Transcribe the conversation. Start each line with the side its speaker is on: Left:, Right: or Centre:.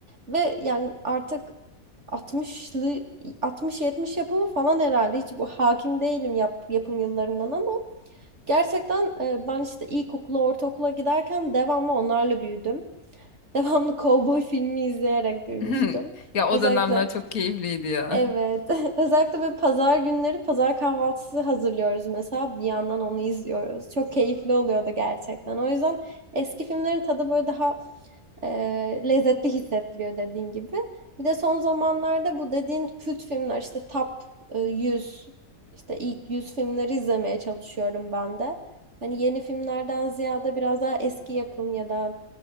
Right: Ve yani artık 60'lı 60-70 yapımı falan herhalde. Hiç bu hakim değilim yap, yapım yıllarından ama gerçekten e, ben işte ilkokula, ortaokula giderken devamlı onlarla büyüdüm. <laughs> Devamlı kovboy filmi izleyerek büyümüştüm.
Left: <laughs> Ya o
Right: Özellikle
Left: dönemler çok keyifliydi ya.
Right: Evet. <laughs> Özellikle böyle pazar günleri pazar kahvaltısı hazırlıyoruz mesela. Bir yandan onu izliyoruz. Çok keyifli oluyordu gerçekten. O yüzden eski filmlerin tadı böyle daha e, lezzetli hissettiriyor dediğin gibi. Bir de son zamanlarda bu dediğin kült filmler işte top e, 100 işte ilk 100 filmleri izlemeye çalışıyorum ben de. Hani yeni filmlerden ziyade biraz daha eski yapım ya da